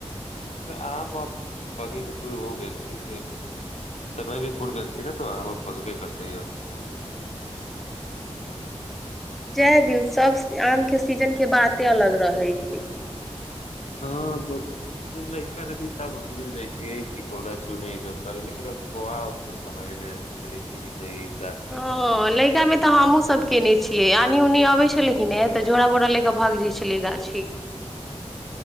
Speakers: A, on the left (about 80°); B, in the centre.
A: आम आ पगे के शुरू हो गेल छै समय भी पूुर गेल छै ने तो आम पगबे कतयौ अछि
B: जय दियौ सब आम के सीजन के बाते अलग रहे छै
A: हँ लैड़का नी त्मी जाइ छियै टिकोला चूने ई सब कर लेक कोआ उतना समय मिलै छै काती
B: हँ लैका में तऽ हमहुँ सब केने छी छिय आनी उनि अबै छल लेकिन नहि ए तऽ झोरा बोरा ले त भाग जाइ छलैय गाछी